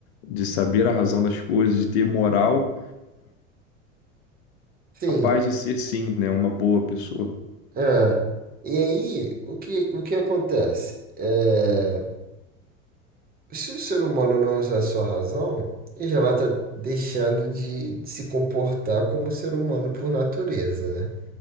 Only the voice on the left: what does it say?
de saber a razão das coisas, de ter moral,
capaz de ser, sim, né? Uma boa pessoa.